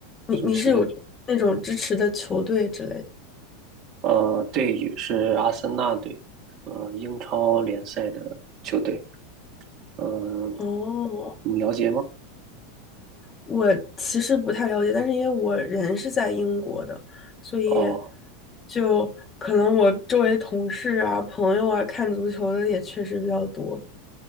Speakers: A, on the left; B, on the right.
A: 你你是有那种支持的球队之类的？
B: 足球，呃，队宇是阿森纳队，呃，英超联赛的球队，嗯、
A: 哦，
B: 你了解吗？
A: 我其实不太了解，但是因为我人是在英国的，所以
B: 哦
A: 就可能我周围同事啊、朋友啊看足球的也确实比较多。